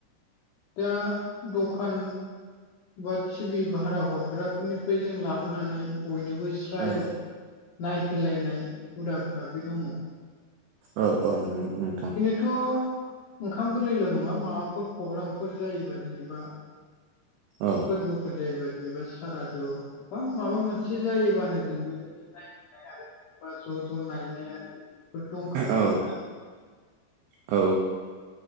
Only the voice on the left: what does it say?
दा दखान बा टिभ भारा हरग्राफोरनिफ्राय जों लाबोनानै बयनोबो स्राय
नायहोलायनाय हुदाफोरा बो दङ।
थ' ओंखाम गोरलैल' नङा माबाफोर प्रग्रामफोर जायोबा जेनेबा
फोरबोफोर जायोबा जेनेबा। सारादु बा माबा मोनसे जायोबानो जों बेबायदि नायनाय आरो बा ज' ज' नायनाय आरि फोर दंखायो
ना।